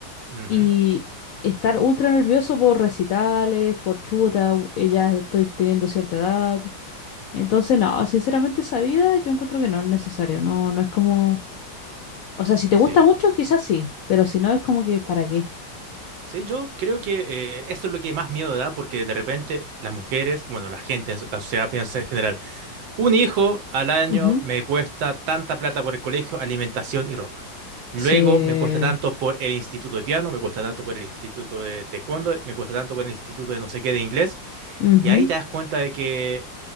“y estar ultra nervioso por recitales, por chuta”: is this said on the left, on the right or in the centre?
Left